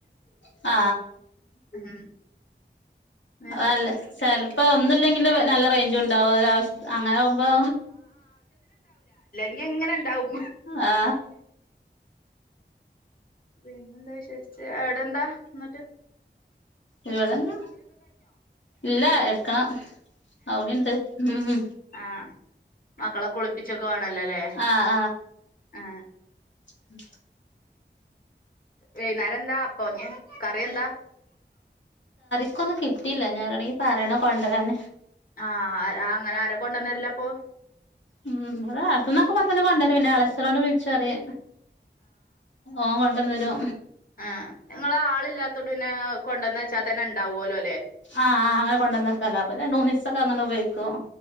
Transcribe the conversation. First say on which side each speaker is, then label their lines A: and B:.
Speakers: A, on the left; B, on the left.
A: ആ
B: ഉം ന്നട്ട്
A: അല്ല സല് <unintelligible> അപ്പ ഒന്നുമില്ലെങ്കില് നല്ല റേഞ്ച് ഉണ്ടാവും അവശ്യ അങ്ങനെ ആകുമ്പോ
B: എങ്ങനെ ഉണ്ടാവും
A: ആ
B: പിന്നെന്താ വിശേഷിച്ച് എവിടെ എന്താ എന്നിട്ട്
A: ഇവിടെന്ന ഇല്ല എടുക്കണം അവനുണ്ട് ഉം ഉം
B: ആ മക്കളൊക്കെളിപ്പിച്ചൊക്കെ വേണല്ലോല്ലേ
A: ആഹ്
B: ആ
A: ഉ <inaudible>
B: വൈകുന്നേരം എന്താ അപ്പഞ്ഞ് കറിയെന്താ
A: ക്കൊന്നും കിട്ടിയില്ല ഇനി ആരുടെയെങ്കിലു പറയണം കൊണ്ടുവരാന്
B: ആഹ അങ്ങനെ ആര കൊണ്ടുവന്നുതരൽ അപ്പൊ
A: ഉ അ അടുത്തന്നൊക്കെ പറഞ്ഞാല് കൊണ്ടുവരും പിന്നെ അളച്ചനോണട് വിളിച്ച് പറയെ ഓന്കൊണ്ടന്നരു
B: ആ് നിങ്ങ ആളില്ലാത്തോട പിന്നെ കൊണ്ടുവന്ന വെച്ചാൽ തന്നെ ഉണ്ടാവുലോ
A: ആഹ് അങ്ങനെ കൊണ്ടന്നക്കലാ അപ്പൊ രണ്ടുമൂന്ന് ദിവസം അങ്ങന ഉപയോഗിക്കും